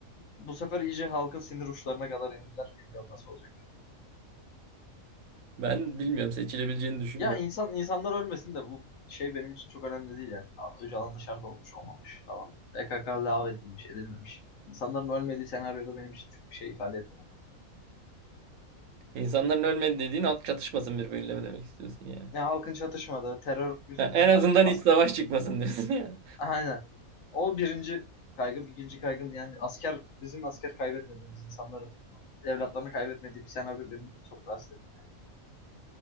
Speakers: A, on the left; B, on the right.
A: bu sefer iyice halkın sinir uçlarına kadar indiler. Bilmiyorum nasıl olacak.
B: Ben bilmiyorum seçilebileceğini düşünmüyorum.
A: Ya insan insanlar ölmesin de bu şey benim için çok önemli değil yani. Abi, Öcalan dışarıda olmuş olmamış falan. PKK lağv edilmiş edilmemiş. İnsanların ölmediği senaryoda benim için çok bir şey ifade etmiyor.
B: İnsanların ölmedi dediğin halk çatışmasın birbiriyle mi demek istiyorsun yani?
A: Ya halkın çatışmadığı terör yüzünden
B: Ha, en azından
A: as
B: iç savaş çıkmasın diyorsun yani.
A: aynen. O birinci kaygım, ikinci kaygım yani asker bizim asker kaybetmediğimiz insanların evlatlarını kaybetmediği bir senaryo beni çok rahatsız etti.